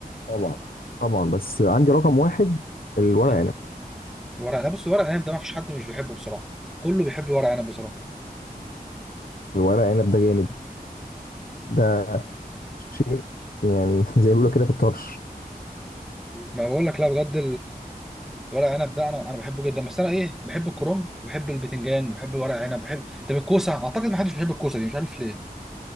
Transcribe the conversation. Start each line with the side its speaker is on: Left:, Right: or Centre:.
Left: طبعا طبعا بس عندي رقم واحد الورق
Centre: مم.
Left: عنب
Centre: الورق لا بص ورق العنب ده ما فيش حد مش بيحبه بصراحه كله بيحب ورق عنب بصراحه
Left: الورق عنب ده جامد ده شيء يعني <laughs> زي ما بيقولوا كده في الطرش
Centre: ما بقول لك لا بجد ورق عنب ده انا انا بحبه جدا بس انا ايه بحب الكرنب بحب البتنجان بحب ورق عنب بحب طب الكوسه اعتقد ما حدش بيحب الكوسه دي مش عارف ليه